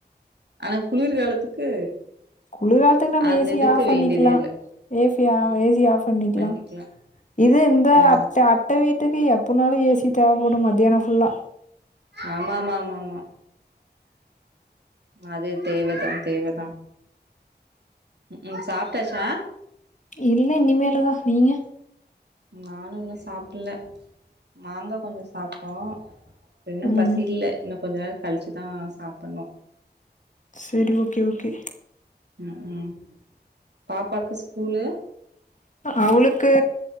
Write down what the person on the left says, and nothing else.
குளிர்காலத்துக்கு நம்ம
ஏசி
ஆஃப் பண்ணிக்லா
ஏசி
ஆ ஏசி ஆஃப் பண்ணிக்லா
இது இந்த
அத்த அத்த வீட்டுக்கு எப்புனாலு ஏசி தேவப்படு மதியானோ ஃபுல்லா
இல்ல இனிமேலு தா நீங்க
ம்
செரி ஓகே ஓகே
அவளுக்கு